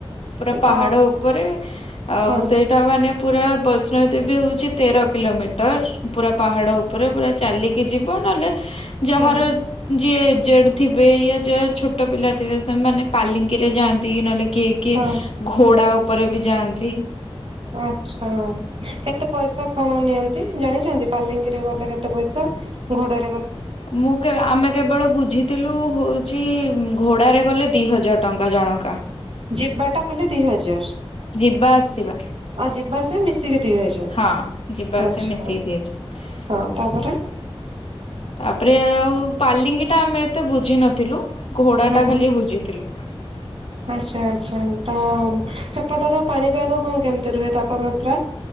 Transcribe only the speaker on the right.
ତ
ହଁ
ହଁ
ହଁ
ଆଚ୍ଛା କେତେ ପଇସା କଣ ନିଅନ୍ତି ଜାଣିଚନ୍ତି, ପାଲିଙ୍ଗିରେ ଗଲେ କେତେ ପଇସା ଘୋଡ଼ାରେ
ଯିବାଟା ଖାଲି ଦି ହଜାର।
ଆଉ ଯିବା ଆସିବା ମିଶିକି ଦି ହଜାର
ଆଚ୍ଛା
ହଁ
ତାପରେ
ହଁ।
ଆଚ୍ଛା ଆଚ୍ଛା ତ ସେପଟର ପାଣିପାଗ କଣ କେମିତି ରୁହେ ତାପମାତ୍ରା?